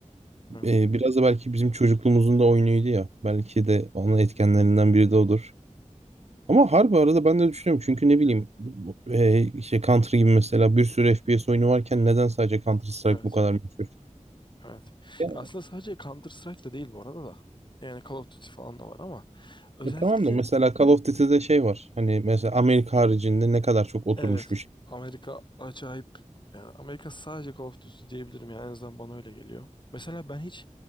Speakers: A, on the left (about 40°); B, on the right (about 55°).
A: Evet.
B: Ee, biraz da belki bizim çocukluğumuzun da oyunuydu ya. Belki de onun etkenlerinden biri de odur. Ama harbi arada ben de düşünüyorum. Çünkü ne bileyim bu- e, işte Counter gibi mesela bir sürü FPS oyunu varken neden sadece Counter Strike
A: Evet.
B: bu kadar meşhur?
A: Evet.
B: Ya,
A: Aslında sadece Counter Strike'da değil bu arada da. Yani Call of Duty falan da var ama özellikle
B: ya tamam da mesela Call of Duty'de şey var. Hani mesela Amerika haricinde ne kadar çok oturmuş
A: Evet.
B: bir şey.
A: Amerika acayip. Yani Amerika sadece Call of Duty diyebilirim. Yani en azından bana öyle geliyor. Mesela ben hiç